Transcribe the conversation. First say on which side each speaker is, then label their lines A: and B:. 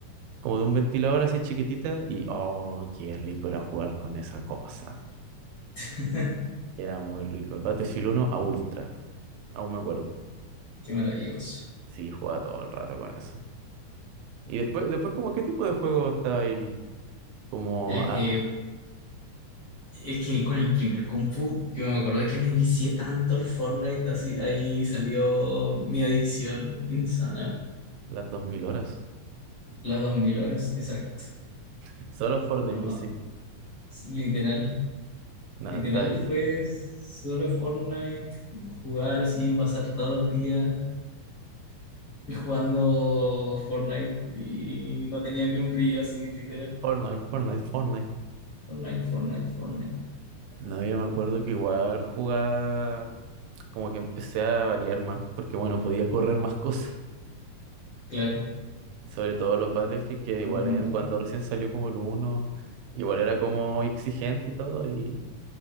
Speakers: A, on the right; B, on the left.
A: como de un ventilador así chiquitita, y oh, qué rico era jugar con esa cosa.
B: <laughs>
A: Era muy rico. El Battlefield uno a ultra, aún me acuerdo.
B: Qué maravilloso.
A: Sí, jugaba todo el rato con eso. Y después, después como, ¿qué tipo de juego estaba ahí? Como
B: Es,
A: a
B: eh, es que con el primer Kung Fu, yo me acuerdo que me vicié tanto el Fortnite, así, ahí salió mi adicción insana.
A: las 2000 horas.
B: Las 2000 horas, exacto.
A: <laughs> Solo Fortnite,
B: No,
A: pues sí.
B: literal.
A: Nada,
B: Literal
A: está bien.
B: fue solo Fortnite, jugar así, pasar todos los días jugando Fortnite y no tenía ni un brillo así, literal.
A: Fortnite, Fortnite, Fortnite.
B: Fortnite, Fortnite, Fortnite.
A: No, yo me acuerdo que igual jugaba, como que empecé a variar más, porque bueno, podía correr más <laughs> cosas,
B: Claro,
A: sobre todo los Battlefield, que igual
B: normal.
A: eh, cuando recién salió como el uno igual era como exigente y todo, y